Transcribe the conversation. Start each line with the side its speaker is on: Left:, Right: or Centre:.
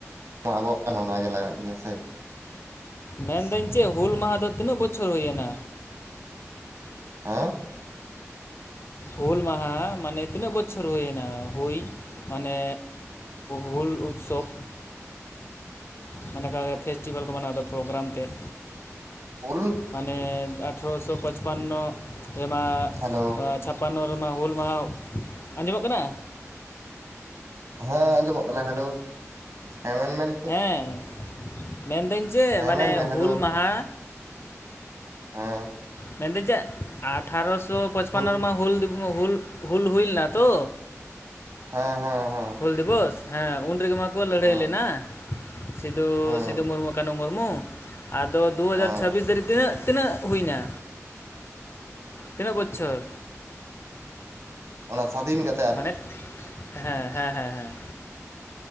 Right: ᱟᱵᱚᱣᱟᱜ ᱠᱟᱱᱟ ᱢᱟᱱᱟᱣ ᱜᱮ ᱞᱟᱜᱟᱜ ᱜᱮᱭᱟ ᱥᱮ
Left: ᱢᱮᱱᱫᱟᱹᱧ ᱪᱮᱫ ᱦᱩᱞ ᱢᱟᱦᱟ ᱫᱚ ᱛᱤᱱᱟᱹᱜ ᱵᱚᱪᱷᱚᱨ ᱦᱩᱭᱮᱱᱟ
Right: ᱟᱸ
Left: ᱦᱩᱞ ᱢᱟᱦᱟ ᱢᱟᱱᱮ ᱛᱤᱱᱟᱹᱜ ᱵᱚᱪᱷᱚᱨ ᱦᱩᱭᱱᱟ ᱦᱩᱭ ᱢᱟᱱᱮ ᱦᱩᱞ ᱩᱛᱥᱚᱵᱽ ᱢᱟᱱᱮ ᱯᱷᱮᱥᱴᱤᱵᱮᱞ ᱠᱚ ᱢᱟᱱᱟᱣᱫᱟ ᱯᱨᱳᱜᱨᱟᱢ ᱛᱮᱫ
Right: ᱩᱞ
Left: ᱢᱟᱱᱮ ᱟᱴᱷᱨᱚᱥᱚ ᱯᱟᱪᱯᱟᱱᱱᱚ ᱨᱮᱢᱟ
Right: ᱦᱮᱞᱳ
Left: ᱮᱸ <unintelligible> ᱦᱩᱞ ᱢᱟᱦᱟ ᱟᱸᱡᱚᱢᱚᱜ ᱠᱟᱱᱟ
Right: ᱦᱮᱸ ᱟᱸᱡᱚᱢᱚᱜ ᱠᱟᱱᱟ ᱦᱮᱞᱳ ᱦᱮᱸ ᱢᱮᱱᱢᱮ ᱱᱤᱛᱚᱜ
Left: ᱦᱮᱸ ᱢᱮᱱᱫᱟᱹᱧ ᱡᱮ
Right: ᱦᱮᱸ
Left: ᱢᱟᱱᱮ
Right: ᱢᱮᱱ ᱢᱮ ᱦᱮᱞᱳ
Left: ᱦᱩᱞ ᱢᱟᱦᱟ
Right: <unintelligible>
Left: ᱢᱮᱱᱫᱟᱹᱧ ᱪᱮᱫ ᱟᱴᱷᱟᱨᱚᱥᱚ ᱯᱚᱪᱯᱟᱱᱱᱚ
Right: ᱦᱩ
Left: ᱨᱮᱢᱟ ᱦᱩᱞ ᱦᱩᱞ ᱦᱩᱞ ᱦᱩᱭ ᱞᱮᱱᱟ ᱛᱚ?
Right: ᱦᱮᱸ ᱦᱮᱸ ᱦᱮᱸ
Left: ᱦᱩᱞ ᱫᱤᱵᱚᱥ ᱦᱮᱸ ᱩᱱ ᱨᱮᱜᱮ ᱢᱟᱠᱚ ᱞᱟᱹᱲᱦᱟᱹᱭ
Right: ᱦᱩᱸ
Left: ᱞᱮᱱᱟ᱾ ᱥᱤᱫᱩ
Right: ᱦᱩᱸ
Left: ᱥᱤᱫᱩ ᱢᱩᱨᱢᱩ ᱠᱟᱹᱱᱦᱩ ᱢᱩᱨᱢᱩ ᱟᱫᱚ ᱫᱩ ᱦᱟᱡᱟᱨ
Right: ᱦᱮᱸ
Left: ᱪᱷᱟᱵᱤᱥ ᱫᱷᱟᱹᱵᱤᱡ ᱛᱤᱱᱟᱹᱜ ᱛᱤᱱᱟᱹᱜ ᱦᱩᱭᱱᱟ? ᱛᱤᱱᱟᱹᱜ ᱵᱚᱪᱷᱚᱨ?
Right: ᱚᱱᱟ ᱥᱟᱫᱷᱤᱱ ᱠᱟᱛ
Left: ᱢᱟᱱᱮ ᱦᱮᱸ ᱦᱮᱸ ᱦᱮᱸ ᱦᱮᱸ